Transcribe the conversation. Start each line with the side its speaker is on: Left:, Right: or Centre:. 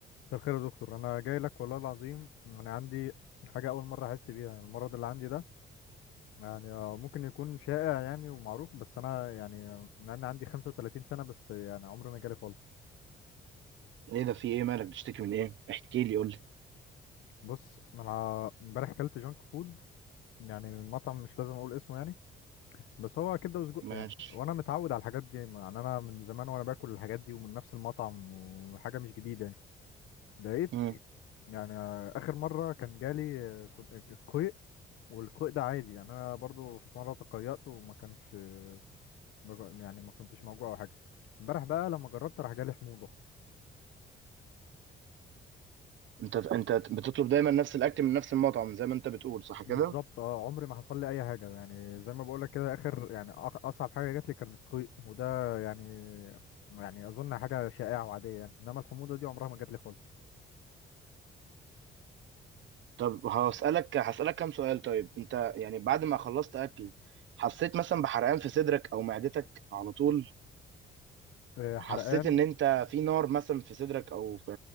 Left: مساء الخير يا دكتور انا جاي لك والله العظيم انا عندي حاجه اول مره احس بيها يعني المرض اللي عندي ده يعني آه، ممكن يكون شائع يعني ومعروف بس انا يعني آه، مع ان عندي 35 سنه بس يعني عمري ما جالي خالص
Right: ايه ده في ايه مالك بتشتكي من ايه احكي لي قول لي
Left: بص انا امبارح اكلت جانك فود يعني من مطعم مش لازم اقول اسمه يعني بس هو كبده وسجق
Right: ماشي
Left: يعني وانا متعود على الحاجات دي يعني انا من زمان وانا باكل الحاجات دي ومن نفس المطعم وحاجه مش جديده يعني لقيت
Right: مم.
Left: يعني آه، اخر مره كان جالي آه، كنت- قيء والقيء ده عادي يعني انا برضو في مره تقيأت وما كانش ما ج- يعني ما كنتش موجوع او حاجه امبارح بقى لما جربت راح جالي حموضه
Right: انت انت بتطلب دايما نفس الاكل من نفس المطعم زي ما انت بتقول صح كده
Left: بالظبط اه عمري ما حصل لي اي حاجه يعني زي ما بقول لك كده اخر يعني أخ- اصعب حاجه جات لي كانت قيء وده يعني يعني اظن حاجه شائعه وعاديه يعني انما الحموضه دي عمرها ما جات لي خالص
Right: طب هسألك هسألك كام سؤال طيب انت يعني بعد ما خلصت اكل حسيت مثلا بحرقان في صدرك او معدتك على طول
Left: آه، حرقان
Right: حسيت ان انت في نار مثلا في صدرك او في